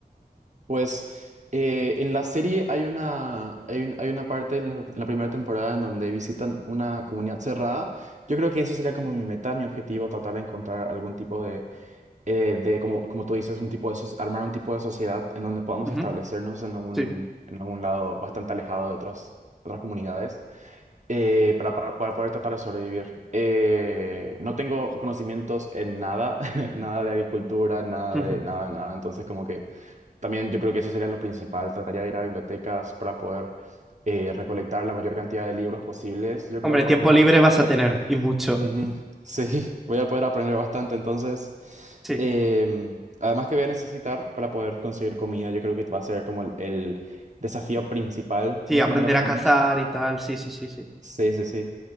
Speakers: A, on the right; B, in the centre.
A: Pues eh, en la serie hay una, hay un- hay una parte en la, en la primera temporada en donde visitan una comunidad cerrada. Yo creo que eso sería como mi meta, mi objetivo, tratar de encontrar algún tipo de, eh, de como, como tú dices, un tipo de, soci- armar un tipo de sociedad en donde podamos
B: Ujú,
A: establecernos en algún,
B: Sí.
A: en algún lado bastante alejado de otras, otras comunidades. eh, para, para- para poder tratar de sobrevivir. Eh, no tengo conocimientos en nada, <laughs> nada de agricultura, nada
B: Ujú.
A: de nada de nada. Entonces, como que también yo creo que eso sería lo principal. Trataría de ir a bibliotecas para poder eh, recolectar la mayor cantidad de libros posibles, yo
B: Hombre,
A: creo,
B: tiempo
A: para poder...
B: libre vas a tener y mucho.
A: Ujú, <laughs> Sí, voy a poder aprender bastante. Entonces,
B: Sí,
A: em, además que voy a necesitar para poder conseguir comida, yo creo que va a ser como el el desafío principal
B: sí,
A: los
B: aprender
A: primeros
B: a
A: años.
B: cazar y tal, sí, sí, sí, sí.
A: Sí, sí, sí.